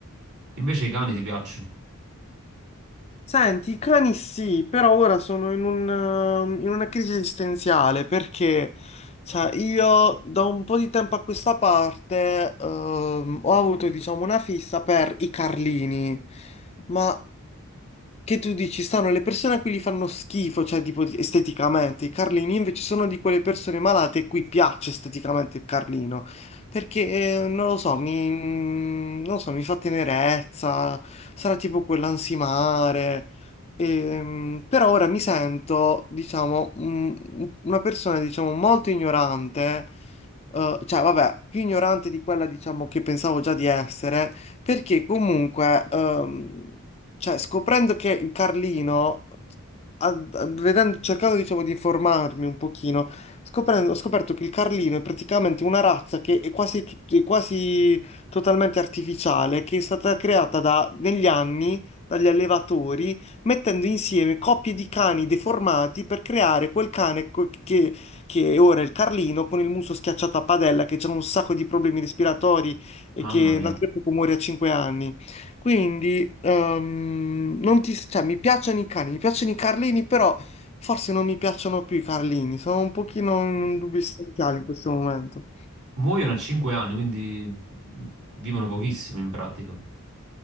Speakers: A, on the right (about 80°); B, on the left (about 30°).
A: invece i cani ti piacciono,
B: Senti, i cani sì, però ora sono in un, ehm, in una crisi esistenziale perché cioè, io da un po' di tempo a questa parte ehm, ho avuto diciamo una fissa per i Carlini, ma che tu dici, stanno le persone a cui gli fanno schifo, cioè tipo di- esteticamente, i Carlini invece sono di quelle persone malate a cui piace esteticamente il Carlino, perché eh, non lo so, mi, non lo so, mi fa tenerezza, sarà tipo quell'ansimare, ehm, però ora mi sento, diciamo, un- una persona, diciamo, molto ignorante, eh, cioè vabbè, più ignorante di quella, diciamo, che pensavo già di essere, perché comunque... ehm, cioè, scoprendo che il Carlino, a- a- vedendo- cercando diciamo di informarmi un pochino, scoprendo- ho scoperto che il Carlino è praticamente una razza che è quasi, tut- è quasi totalmente artificiale, che è stata creata da- negli anni dagli allevatori, mettendo insieme coppie di cani deformati per creare quel cane co- che, che è ora il Carlino con il muso schiacciato a padella, che ha un sacco di problemi respiratori e
A: mamma
B: che
A: mia.
B: l'altro muore a 5 anni. Quindi, ehm, non ti, cioè, mi piacciono i cani, mi piacciono i Carlini, però forse non mi piacciono più i Carlini, sono un pochino in un dubbio esistenziale in questo momento.
A: Muoiono a 5 anni, quindi mh, vivono pochissimo in pratica.